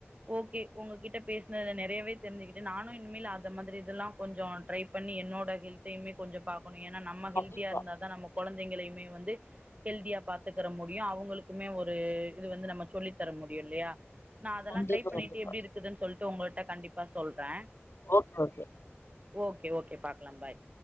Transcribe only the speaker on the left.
கண்டிப்பா
கண்டிப்பா
கண்டிப்பா
ஓகே ஓகே